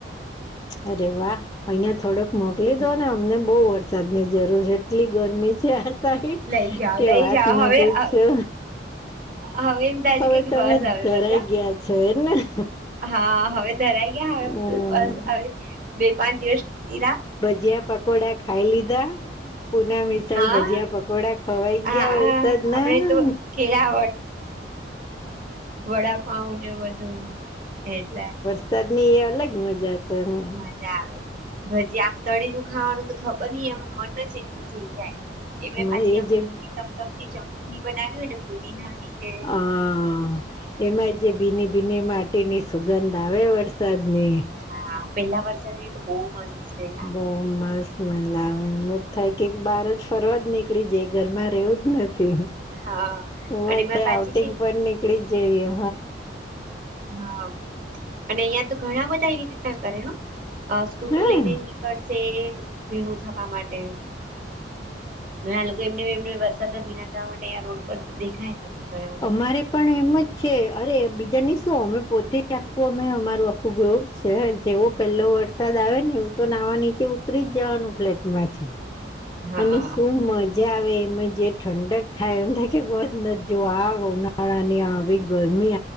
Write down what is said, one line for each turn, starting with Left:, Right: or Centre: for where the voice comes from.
Left: અરે વા અહિયાં થોડક મોકલી
Right: હમ.
Left: દો ને અમને બઉુ વરસાદ ની જરૂર છે, એટલી ગરમી છે આ સા
Right: લઈ જાઓ
Left: કે
Right: લઈ
Left: વાત
Right: જાઓ
Left: ન
Right: હવે
Left: પૂછો.
Right: હ, હવે એમ થાય
Left: હવે
Right: છે કે
Left: તમે
Right: બસ હવે
Left: ધરાઈ
Right: વરસાદ
Left: ગયા છો એને હ
Right: હા હવે ધરાઈ ગયા હવે
Left: અમ
Right: તું બસ હવે બે પાંચ દિવસ ત
Left: ભજીયા પકોડા ખાઈ લીધા પુના ચલ
Right: હા
Left: ભજીયા પકોડા ખવાઈ
Right: હા
Left: ગયા વરસાદ ના.
Right: આપડે તો કેળા વડાપઉને બધું એટલે
Left: ચટણી એ અલગ મજા છે. હમ્મ
Right: મજા આવે ભજીયા આમ તળેલું ખાવાનું તો ખબર ન એમાં મન જ એટલું થઈ જાય એમાં
Left: એ
Right: ય તમતમતી
Left: જે
Right: ચમટણી બનાવીયું ને ફુદીનાની ને
Left: હા એમાં જે ભીની ભીની માટી ની સુગંધ આવે વરસાદની
Right: હા પેલા વરસાદ ની તો બહ મસ્ત સ્મેલ આવે
Left: બહુ મસ્ત મજા આવે એમ જ થાય કે બાર જ ફરવા જ નીકળી જાય ઘરમાં રહેવું જ નથી.
Right: હા
Left: એવું
Right: અને એમાં
Left: થાય
Right: પાછી
Left: આઉટિંગ
Right: છે ને,
Left: પણ નીકળી જ જય
Right: હા અને અહિયાં તો ઘણા બધા એવી રીતના કરે સ્કૂટર
Left: હા
Right: લઈ ને કરશે ભીનું થવા માટે ઘણા લોકો એમને એમને વરસાદમાં ભીના થવા માટેં રોડ પર દેખાય <inaudible>
Left: અમારે પણ એમ જ છે અરે બીજા નું તો શું અમે પોતે આખું અમે અમારું આખું ગ્રુપ જેવો પહેલો વરસાદ આવે ને એવું તો નાવા નીચે ઉતરી જ જવાનું ફ્લેટ માંથી
Right: હા
Left: અને શું મજ મજા આવે એમાં જે ઠંડક થાય એમ થ ન જો આ ઉનાળાની આવી ગરમી